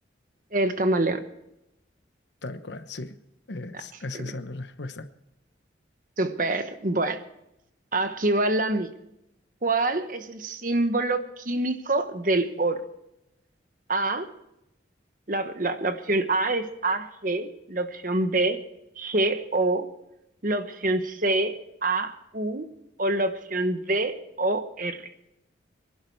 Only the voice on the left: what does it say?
Tal cual, sí. Es,
es esa
la respuesta.